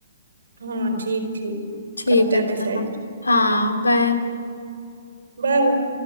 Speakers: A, on the right (about 70°); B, on the left (about 90°).
A: हाँ ठीक ठीक
B: ठीक
A: करते
B: है
A: हैं डिसाइड
B: चलो हाँ बाय
A: Bye bye